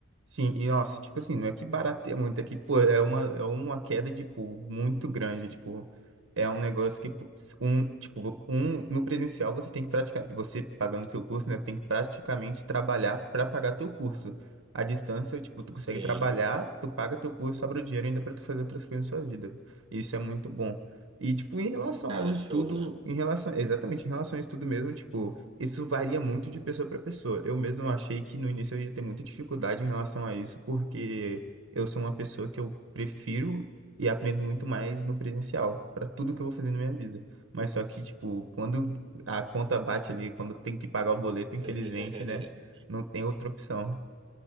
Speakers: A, on the right; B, on the right.
A: Sim, e nossa, tipo assim, não é que barateia muito, é que, pô, é uma, é uma queda de pô muito grande, tipo, é um negócio que, pô, s- um, tipo, um, no presencial você tem que praticar, você pagando teu curso, né, tem que praticamente trabalhar para pagar teu curso. À distância, tipo, tu consegue
B: Sim,
A: trabalhar, tu paga teu curso, sobra o dinheiro ainda para tu fazer outras coisas na sua vida. Isso é muito bom. E, tipo, em relação
B: cara,
A: ao estudo,
B: show, né?
A: em relação, exatamente, em relação ao estudo mesmo, tipo, isso varia muito de pessoa para pessoa. Eu mesmo achei que no início eu ia ter muita dificuldade em relação a isso, porque eu sou uma pessoa que eu prefiro e aprendo muito mais no presencial, para tudo que eu vou fazer na minha vida. Mas só que, tipo, quando a conta bate ali, quando tem que pagar o boleto, infelizmente,
B: <laughs>
A: né, não tem outra opção.